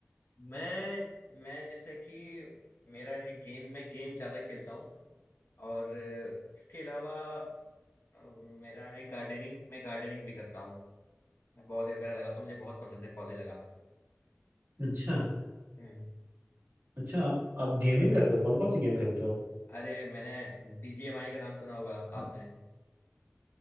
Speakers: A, on the left; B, on the right.
A: मैं मैं जैसे कि मेरा है गेम मैं गेम ज्यादा खेलता हूँ और अ, उसके अलावा अ, मेरा है गार्डनिंग मैं गार्डनिंग भी करता हूँ मैं पौधे वगैरह लगाता हूँ मुझे बहुत पसंद है पौधे लगाना
B: अच्छा
A: हम्म
B: अच्छा आप आप गेमिंग करते हो कौन कौन सी गेम खेलते हो
A: अरे मैंने बीजीएमआई का नाम सुना होगा
B: आप
A: आपने